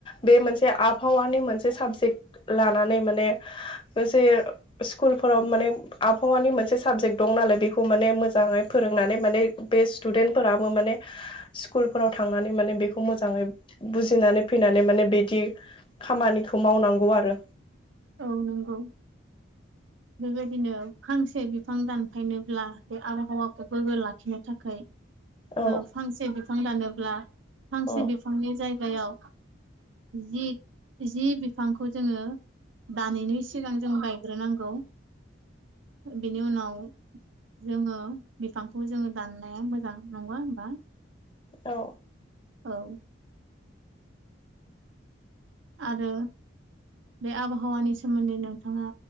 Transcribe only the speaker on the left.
बे मोनसे से आबहावानि मोनसे साबजेक्ट लानानै माने जे स्कुलफोराव माने आबहावानि मोनसे साबजेक्ट दं नालाय बेखौ माने मोजाङै फोरोंनानै माने बे स्टुडेन्ट फोरा माने स्कुलफोराव थांनानै माने बेखौ मोजाङै बुजिनानै फैनानै माने बिदि खामानिखौ मावनांगौ आरो
औ
औ
औ